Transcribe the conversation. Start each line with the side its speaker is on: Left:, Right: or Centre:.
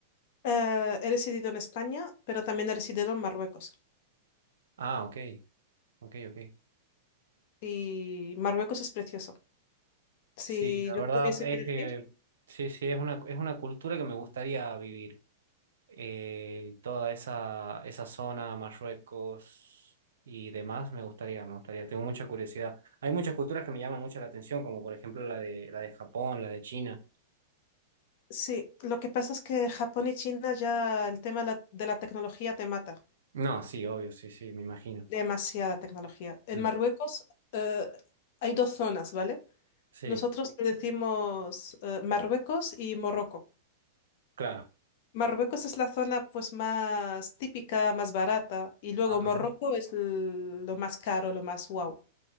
Left: Eh, he residido en España, pero también he residido en Marruecos.
Right: Ah, ok, ok, ok.
Left: Y Marruecos es precioso. Si
Right: Sí, la
Left: yo
Right: verdad
Left: tuviese
Right: es
Left: que elegir,
Right: que sí, sí, es una, es una cultura que me gustaría vivir. Eh, toda esa, esa zona, Marruecos y demás, me gustaría, me gustaría. Tengo mucha curiosidad. Hay muchas culturas que me llaman mucho la atención, como por ejemplo la de, la de Japón, la de China.
Left: sí, lo que pasa es que Japón y China ya el tema de la- de la tecnología te mata,
Right: No, sí, obvio, sí, sí, me imagino.
Left: demasiada tecnología. En
Right: Mm,
Left: Marruecos eh, hay dos zonas, ¿vale?
Right: sí,
Left: Nosotros le decimos eh, Marruecos y Morroco.
Right: claro.
Left: Marruecos es la zona pues más típica, más barata, y luego
Right: Ajá.
Left: Morroco es l- lo más caro, lo más wow.